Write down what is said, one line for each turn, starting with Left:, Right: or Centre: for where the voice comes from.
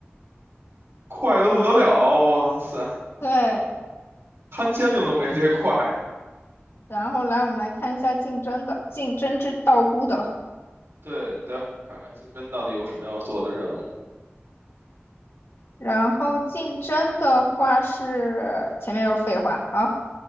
Right: 快得不得了啊，哇塞！
Left: 对，
Right: 摊煎饼都没这块 <laughs>
Left: 然后来我们来看一下竞争的，竞争之道姑的。
Right: 对的，看看竞争到底有什么要做的任务。
Left: 然后竞争的话是前面又是废话，好，